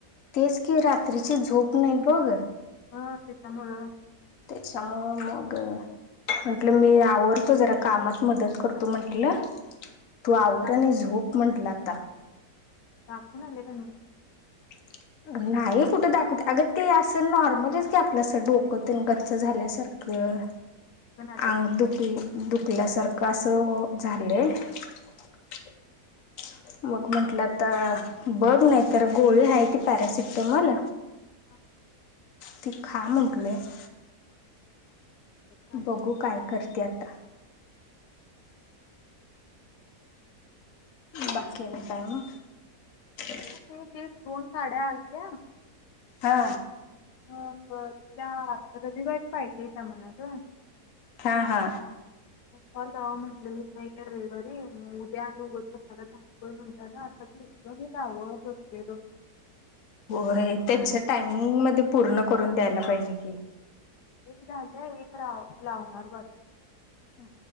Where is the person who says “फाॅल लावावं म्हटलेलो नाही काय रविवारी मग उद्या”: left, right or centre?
Left